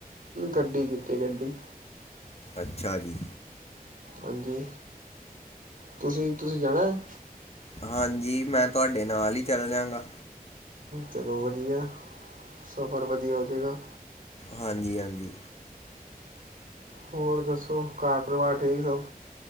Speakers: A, on the right; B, on the left.
A: ਗੱਡੀ ਕੀਤੀ ਗੱਡੀ।
B: ਅੱਛਾ ਜੀ।
A: ਹਾਂਜੀ। ਤੁਸੀਂ ਤੁਸੀਂ ਜਾਣਾ ਹੈ।
B: ਹਾਂਜੀ, ਮੈਂ ਤੁਹਾਡੇ ਨਾਲ ਹੀ ਚੱਲ ਜਾਗਾ।
A: ਚਲੋ ਵਧੀਆ, ਸਫ਼ਰ ਵਧੀਆ ਹੋ ਜਾਵੇਗਾ।
B: ਹਾਂਜੀ -ਹਾਂਜੀ।
A: ਹੋਰ ਦੱਸੋ, ਘਰ ਪਰਿਵਾਰ ਠੀਕ ਹੋ?